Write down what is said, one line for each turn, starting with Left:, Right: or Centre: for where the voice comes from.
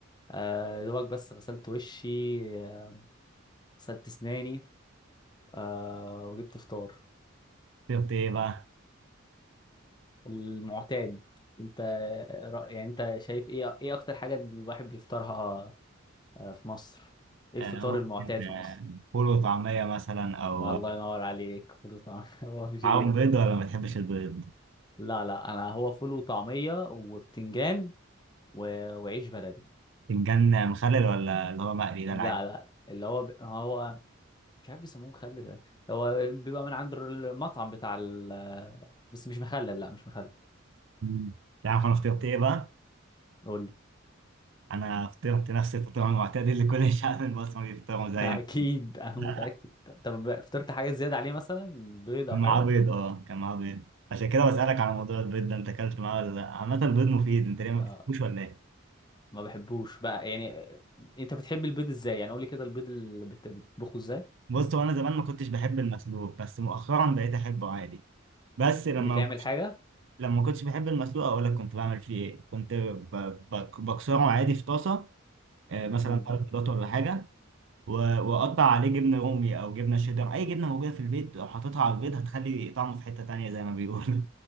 Left: آه يا دوبك بس غسلت وشي آه، غسلت اسناني آه وجبت فطار
Right: شفت ايه بقى
Left: المعتاد انت رأ- يعني انت شايف ايه ايه اكتر حاجة الواحد بيفطرها آه، في مصر ايه الفطار
Right: آه، ممكن
Left: المعتاد في
Right: آه،
Left: مصر
Right: فول وطعمية مثلا أو
Left: طب الله ينور عليك فول وطعمية <laughs> هو مفيش
Right: معاهم
Left: غيره
Right: بيض ولا ما بتحبش البيض؟
Left: لا لا انا هو فول وطعمية وبتنجان و... وعيش بلدي
Right: فنجان مخلل ولا اللي هو مقلي ده
Left: لا
Right: العادي؟
Left: لا اللي هو ب... هو مش عارف بيسموه مخلل ده هو بيبقى من عند المطعم بتاع ال... بس مش مخلل لا مش مخلل
Right: مم. تعرف أنا فطرت إيه بقى؟
Left: قول لي
Right: أنا فطرت نفس الفطار المعتاد اللي كل <laughs> الشعب المصري بيفطروا زيك
Left: <laughs> اكيد انا متأكد
Right: <laughs>
Left: طب فطرت حاجة زيادة عليه مثلا بيض او
Right: كان
Left: حاجة
Right: معاه بيض أه كان معاه بيض عشان كده بسألك على موضوع البيض ده أنت أكلت معاه ولا لأ؟ عامة البيض مفيد أنت ليه ما
Left: آه
Right: بتحبوش ولا إيه؟
Left: ما بحبوش بقى يعني آه، انت بتحب البيض ازاي يعني قول لي كده البيض اللي بت- بتطبخه ازاي
Right: بص هو أنا زمان ما كنتش بحب المسلوق بس مؤخرا بقيت أحبه عادي بس لما
Left: بتعمل حاجه
Right: لما ما كنتش بحب المسلوق اقول لك كنت بعمل فيه ايه كنت ب- بك- بكسره عادي في طاسه آه، مثلا
Left: امم
Right: ثلاث بيضات ولا حاجه و- واقطع عليه جبنه رومي او جبنه شيدر اي جبنه موجوده في البيت لو حطيتها على البيض هتخلي طعمه في حته تانية زي ما بيقولوا